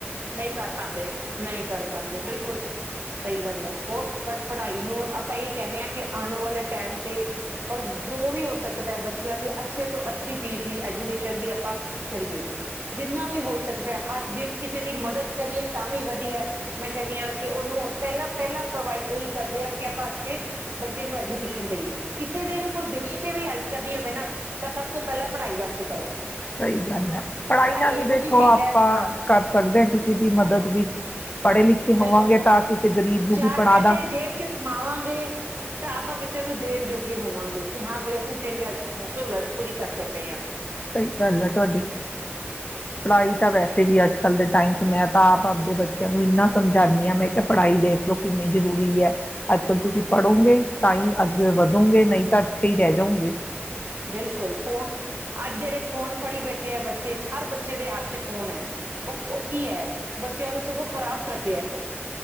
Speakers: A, on the right; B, on the left.
A: ਨਹੀਂ ਕਰ ਪਾਂਦੇ ਨਹੀਂ ਕਰ ਪਾਂਦੇ, ਬਿਲਕੁਲ। ਸਹੀ ਗੱਲ ਹੈ, ਬਹੁਤ ਪੜ੍ਹਾਈ ਨੂੰ ਆਪਾਂ ਇਹੀ ਕਹਿੰਦੇ ਹਾਂ ਕਿ ਆਉਣ ਵਾਲੇ ਟਾਈਮ ਤੇ ਔਰ ਜੋ ਵੀ ਹੋ ਸਕਦਾ ਦਾ ਹੈ ਬੱਚਿਆਂ ਲਈ ਅੱਛੇ ਤੋਂ ਅੱਛੀ ਚੀਜ਼ ਦੀ ਐਜੂਕੇਸ਼ਨ ਦੀ ਆਪਾਂ ਕਰੀਏ। ਜਿੰਨਾ ਵੀ ਹੋ ਸਕਦਾ ਹਰ ਕਿਸੇ ਦੀ ਮਦਦ ਕਰੀਏ ਤਾਂ ਵੀ ਵਧੀਆ ਮੈਂ ਕਹਿੰਦੀ ਹਾਂ ਕਿ ਉਹਨੂੰ ਪਹਿਲਾਂ ਪਹਿਲਾਂ ਪ੍ਰੋਵਾਈਡ ਇਹੀ ਕਰਦੇ ਹਾਂ ਕਿ ਆਪਾਂ ਅੱਛੇ ਬੱਚੇ ਨੂੰ ਐਜੂਕੇਸ਼ਨ ਦੇਈਏ ਕਿਸੇ ਦੇ ਵੀ ਕੋਈ ਗਰੀਬ ਤੇ ਵੀ ਹੈਲਪ ਕਰਨੀ ਹੋਵੇ ਨਾ ਤਾਂ ਸਭ ਤੋਂ ਪਹਿਲਾਂ ਪੜ੍ਹਾਈ ਵਾਸਤੇ ਕਰੋ
B: ਸਹੀ ਗੱਲ ਹੈ
A: ਪੜ੍ਹਾਈ
B: ਨਾਲ ਹੀ
A: ਇਹੋ
B: ਦੇਖੋ
A: ਜਿਹੀ ਚੀਜ਼
B: ਆਪਾਂ
A: ਹੈ। ਹਾਂ
B: ਕਰ ਸਕਦੇ ਹਾ ਕਿਸੇ ਦੀ ਮਦਦ ਵੀ ਪੜ੍ਹੇ ਲਿਖੇ
A: ਬਿਲਕੁਲ
B: ਹੋਵਾਂਗੇ ਤਾਂ ਕਿਸੇ ਗਰੀਬ ਨੂੰ
A: ਚਾਰ
B: ਵੀ ਪੜਾ
A: ਪੈਸੇ ਜੇਬ ਚ ਕਮਾਵਾਂਗੇ ਤਾਂ ਆਪਾਂ ਕਿਸੇ ਕਿਸੇ ਨੂੰ ਦੇਣ ਜੋੋਗੇ ਹੋਵਾਂਗੇ। ਕਿ ਹਾਂ ਬਾਈ ਅਸੀਂ ਤੇਰੀ ਅੱਜ ਤ ਸਹੂਲਤ ਪੂਰੀ ਕਰਦੇ ਪਏ ਹਾਂ।
B: ਸਹੀ ਗੱਲ ਹੈ ਤੁਹਾਡੀ ਪੜਾਈ ਤਾਂ ਵੈਸੇ ਕਿਸੇ ਵੀ ਅੱਜ ਕੱਲ੍ਹ ਦੇ ਟਾਈਮ ਚ ਮੈਂ ਤਾਂ ਆਪ -ਆਪ ਦੇ ਬੱਚਿਆਂ ਨੂੰ ਇੰਨਾ ਸਮਝਾਉਂਦੀ ਹਾਂ, ਮੈਂ ਕਿਹਾ ਪੜ੍ਹਾਈ ਦੇਖ ਲਓ ਕਿੰਨੀ ਜ਼ਰੂਰੀ ਹੈ। ਅੱਜ ਕੱਲ ਤੁਸੀਂ ਪੜੋਗੇ ਤਾਂ ਹੀ ਅੱਗੇ ਵਧੋਂਗੇ ਨਹੀਂ ਤਾਂ ਇੱਥੇ ਹੀ ਰਹਿ ਜਾਉਗੇ।
A: ਬਿਲਕੁਲ ਫੋਨ ਜਿਹੜੇ ਫੋਨ ਫੜੀ ਬੈਠੇ ਆ ਬੱਚੇ, ਹਰ ਬੱਚੇ ਦੇ ਹੱਥ ਚ ਫੋਨ ਹੈ ਉਹ ਉਹ ਕੀ ਹੈ ਬੱਚਿਆਂ ਨੂੰ ਸਗੋਂ ਖਰਾਬ ਕਰਦੇ ਆ ਫੋਨ